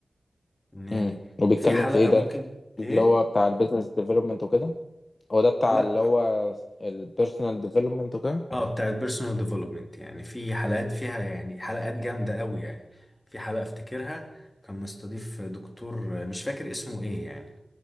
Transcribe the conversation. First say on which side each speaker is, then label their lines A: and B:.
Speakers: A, on the left (about 20°); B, on the left (about 45°).
A: يعني
B: امم وبيتكلم
A: في ده حلقة
B: في
A: بتاع
B: ايه ده
A: ممكن
B: اللي
A: ايه
B: هو بتاع البيزنس ديفلوبمنت وكده هو ده بتاع
A: لا
B: اللي هو البيرسونال ديفلوبمنت وكده
A: اه بتاع البيرسونال ديفلوبمنت يعني في حلقات فيها يعني حلقات جامدة قوي يعني في حلقة افتكرها كان مستضيف دكتور آه، مش فاكر اسمه ايه يعني